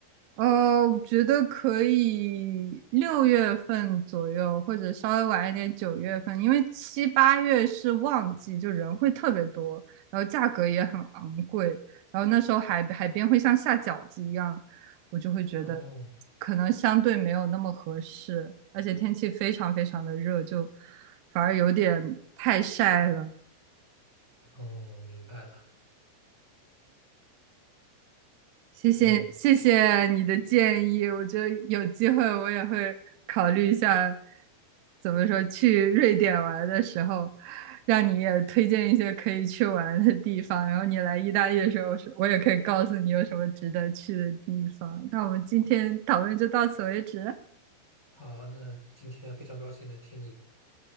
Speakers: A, on the right; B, on the left.
A: 呃，我觉得可以六月份左右，或者稍微晚一点九月份，因为七八月是旺季，就人会特别多，然后价格也很昂贵，然后那时候海海边会像下饺子一样，我就会觉得
B: 哦
A: 可能相对没有那么合适，而且天气非常非常的热，就反而有点太晒了。
B: 哦，明白了。
A: 谢谢谢谢你的建议，
B: 嗯，
A: 我觉得有机会我也会考虑一下，怎么说去瑞典玩的时候，让你也推荐一些可以去玩的地方，然后你来意大利的时候，我也可以告诉你有什么值得去的地方。那我们今天讨论就到此为止，
B: 好，那今天非常高兴能听你